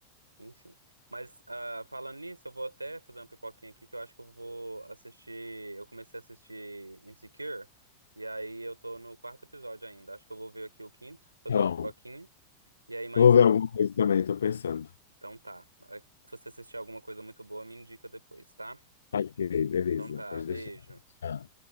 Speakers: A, on the right; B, on the left.
A: Enfim. Mas ah, falando nisso, eu vou até fazer uma pipoquinha aqui que eu acho que eu vou assistir. Eu comecei a assistir Insecure, e aí eu tô no quarto episódio ainda. Acho que eu vou ver aqui o quinto, fazer
B: Então,
A: uma pipoquinha. E aí, mas.
B: eu vou ver alguma coisa também, estou pensando.
A: Então tá. Se você assistir alguma coisa muito boa, me indica depois, tá?
B: Ok, beleza,
A: Então tá,
B: pode
A: beijo.
B: deixar. Tchau.